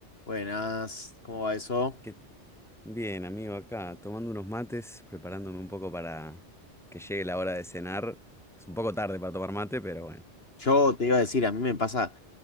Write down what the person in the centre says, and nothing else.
¿Qué- Bien, amigo, acá tomando unos mates, preparándome un poco para que llegue la hora de cenar. Es un poco tarde para tomar mate, pero bueno.